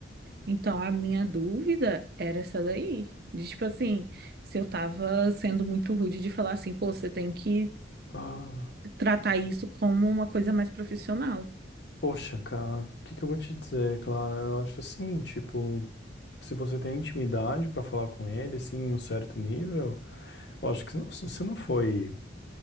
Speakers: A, on the right; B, on the left.
A: Então, a minha dúvida era essa daí. De, tipo assim, se eu tava sendo muito rude de falar assim, pô, você tem que
B: Ah,
A: tratar isso como uma coisa mais profissional.
B: poxa, cara, o que que eu vou te dizer, Clara? Eu acho assim, tipo, se você tem intimidade pra falar com ele, assim, em um certo nível, eu acho que você não você não foi